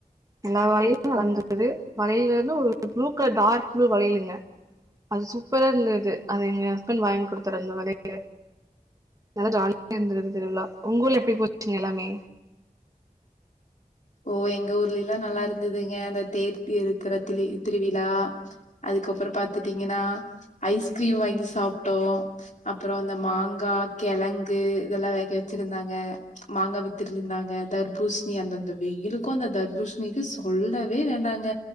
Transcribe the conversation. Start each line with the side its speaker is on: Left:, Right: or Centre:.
Right: எல்லா வளையிலு வளர்ந்தது வளையலு <unintelligible> ஒரு ப்ளூ கலர் டார்க் ப்ளூ வளையலுங்க அது சூப்பரா ருந்தது அது எங்க ஹஸ்பண் வாய்ங் கொடுத்தரு அந்த வளையலு எல்லா ஜாலியா ருந்தது திருவிழா உங்கூர்ல எப்டி போச்சுங்க எல்லாமே
Left: ஓ எங்க ஊர்ல லெல்லா நல்லா ருந்ததுங்க அந்த தேர்த்த இருக்கற தி திருவிழா அதுக்கப்புற பத் பாத்தீங்கன்னா ஐஸ்கிரீம் வாங்கி சாப்ட்டோ அப்பறோ அந்த மாங்கா கெழங்கு இதெல்லா வேக வச்சிருந்தாங்க மாங்கா வித்துட்டு ருந்தாங்க தர்பூச்ணி அந்தந்த வெயிலுக்கு அந்த தர்பூஷணிக்கு சொல்லவே வேண்டாங்க